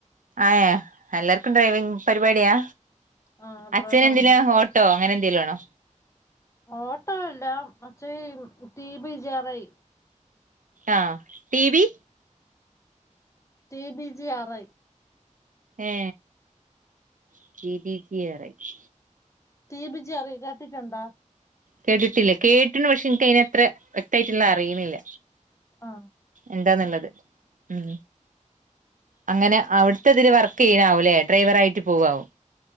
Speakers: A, on the right (about 80°); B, on the left (about 20°).
A: ആയ് എല്ലാർക്കും ഡ്രൈവിങ് പരിപാടിയാ
B: ആ
A: അച്ഛന്
B: ഡ്രൈവറിന്ന്
A: എന്തില ഓട്ടോ അങ്ങനെ എന്തെങ്കിലും ആണോ
B: ഓട്ടോ അല്ല മറ്റേ റ്റീ ബിജറായി
A: ആ ടി വി
B: റ്റി ബിജി ആറായി
A: ഏ റ്റി ബിജി ആറായി
B: റ്റി ബിജി ആറയി കണ്ടിട്ടുണ്ടോ
A: കേട്ടിട്ടില്ല കേട്ടിനു പക്ഷെ എനിക്ക അതത്ര വ്യക്തായിട്ടുന്നു അറിയണില്ല
B: ആ
A: എന്താന്നുള്ളത് ഉം അങ്ങനെ അവി ട്ട് അതിൽ വർക്ക് ചെയ്യണാവല്ലേ ഡ്രൈവർ ആയിട്ട് പോവാവും